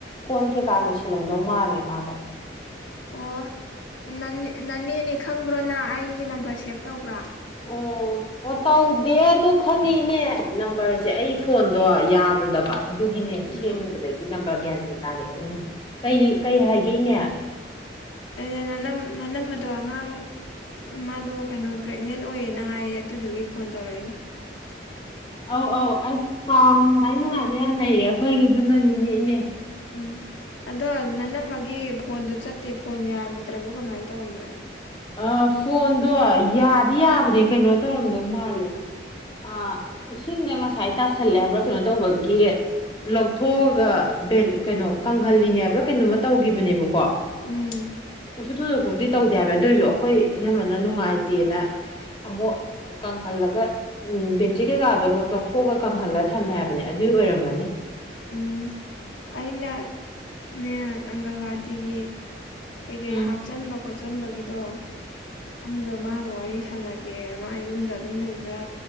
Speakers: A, on the left; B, on the left.
A: ꯀꯣꯟ ꯀꯩꯀꯥ ꯂꯣꯏꯁꯜꯂꯝꯗꯧ ꯃꯥꯂꯦ ꯃꯥꯗꯣ
B: ꯑꯣ ꯅꯟꯅꯦ ꯅꯅꯦꯅꯦ ꯈꯪꯕ꯭ꯔꯣ ꯅꯪ ꯑꯩꯒꯤ ꯅꯝꯕꯔ ꯁꯦꯞ ꯇꯧꯕ꯭ꯔꯥ
A: ꯎꯝ ꯑꯣ ꯇꯧꯗꯦ ꯑꯗꯣ ꯈꯪꯉꯦ ꯏꯅꯦ ꯅꯝꯕꯔꯁꯦ ꯑꯩ ꯐꯣꯟꯗꯣ ꯌꯥꯔꯨꯗꯕ ꯑꯗꯨꯒꯤꯅꯦ
B: ꯎꯝ
A: ꯁꯦꯝꯃꯨꯕꯗꯒꯤ ꯅꯝꯕꯔ ꯒ꯭ꯌꯥꯟ ꯃꯦꯟ ꯇꯥꯒꯤꯗꯕꯩꯅꯦ ꯀꯩꯂꯩ ꯀꯩ ꯍꯥꯏꯒꯦ ꯏꯅꯦ
B: ꯑꯩꯅ ꯅꯅꯝ ꯅꯅꯝꯕꯗꯣ ꯑꯉꯥꯡ ꯃꯥꯗꯣ ꯀꯩꯅꯣ ꯄ꯭ꯔꯦꯒꯅꯦꯟ ꯑꯣꯏꯌꯦꯅ ꯍꯥꯏꯌꯦ ꯑꯗꯨꯗꯨꯒꯤ ꯐꯣꯟ ꯇꯧꯔꯛꯏꯅꯦ
A: ꯑꯧ ꯑꯧ ꯑꯁ ꯄꯥꯎ ꯅꯨꯡꯉꯥꯏ ꯅꯨꯡꯉꯥꯏꯕ ꯌꯥꯝ ꯂꯩꯔꯦ ꯑꯩꯈꯣꯏꯒꯤ ꯑꯗꯨꯅꯅꯤꯅꯦ ꯏꯅꯦ
B: ꯎꯝ ꯑꯗꯣ ꯅꯅꯝꯃꯥꯒꯤ ꯐꯣꯟꯗꯣ ꯆꯠꯇꯦ ꯐꯣꯟ ꯌꯥꯒꯤꯗ꯭ꯔꯕꯨ ꯀꯃꯥꯏꯅ ꯇꯧꯋꯤꯅꯣ
A: ꯑ ꯐꯣꯟꯗꯣ ꯌꯥꯗꯤ ꯌꯥꯕꯅꯦ ꯀꯩꯅꯣ ꯇꯧꯔꯝꯗꯧ ꯃꯥꯜꯂꯦ ꯑ ꯏꯁꯤꯡꯗ ꯉꯁꯥꯏ ꯇꯥꯁꯜꯂꯦ ꯍꯥꯏꯕ꯭ꯔꯥ ꯀꯩꯅꯣ ꯇꯧꯕꯒꯤ ꯂꯧꯊꯣꯛꯑꯒ ꯀꯩꯅꯣ ꯀꯪꯍꯜꯂꯤꯅꯦꯕ꯭ꯔꯥ ꯀꯩꯅꯣꯃ ꯇꯧꯒꯤꯕꯅꯦꯕꯀꯣ
B: ꯎꯝ
A: ꯀꯩꯁꯨ ꯊꯣꯏꯗꯣꯛꯄꯕꯨꯗꯤ ꯇꯧꯗꯦ ꯍꯥꯏꯕ ꯑꯗꯨ ꯑꯣꯏꯖꯨ ꯑꯩꯈꯣꯏ ꯏꯅꯝꯃꯅ ꯅꯨꯡꯉꯥꯏꯇꯦꯅ ꯑꯃꯨꯛ ꯀꯪꯍꯜꯂꯒ ꯎꯝ ꯕꯦꯇꯔꯤ ꯀꯩꯀꯥꯗꯣ ꯂꯧꯊꯣꯛꯑꯒ ꯀꯪꯍꯜꯂꯣ ꯊꯝꯃꯦ ꯍꯥꯏꯕꯅꯦ ꯑꯗꯨꯏ ꯑꯣꯏꯔꯝꯃꯅꯤ
B: ꯎꯝ ꯑꯩꯅ ꯅꯦ ꯑꯪꯒꯜꯋꯥꯗꯤꯒꯤ ꯀꯩꯀꯩ
A: ꯎꯝ
B: ꯍꯥꯞꯆꯤꯟꯕ ꯈꯣꯠꯆꯟꯕꯒꯤꯗꯣ ꯑꯗꯨꯗ ꯃꯥꯒ ꯋꯥꯔꯤ ꯁꯥꯟꯅꯒꯦ ꯃꯥ ꯌꯨꯝꯗ ꯑꯗꯨꯝ ꯂꯩꯕ꯭ꯔꯥ